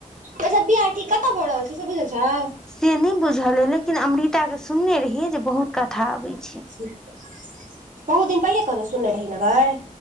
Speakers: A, on the right; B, in the centre.
A: अच्छा बियाह ठीक कतऽ भ रहल छै, से बुझहल छौ।
B: से नइ बुझल अइ लेकिन अमृता के सुनने रहिये जे बहुत कथा अबै छै।
A: बहुत दिन पहिले, कहने सुनने रही न गै।